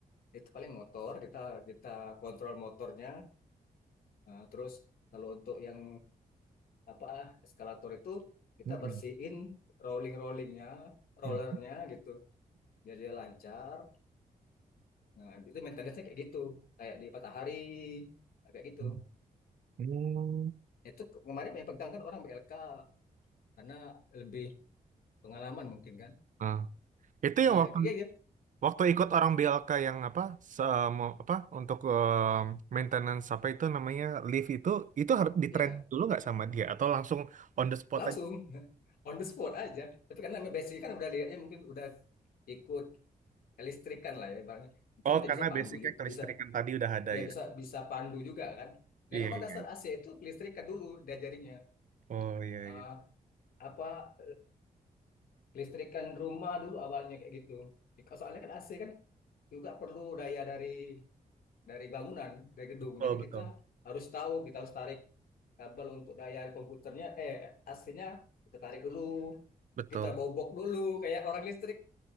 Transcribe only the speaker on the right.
Hmm.
Hmm.
Hmm. Hmm.
Ah, itu yang
waktu
waktu ikut orang BLK yang apa se mau- apa untuk eh, maintenance apa itu namanya lift itu itu harus ditrain
dulu nggak sama dia atau langsung on the spot
aja.
Oh,
karena
basicnya
kelistrikan
tadi udah ada
gitu.
Iya,
iya. iya.
Oh, iya,
iya.
Betul,
betul.
Betul,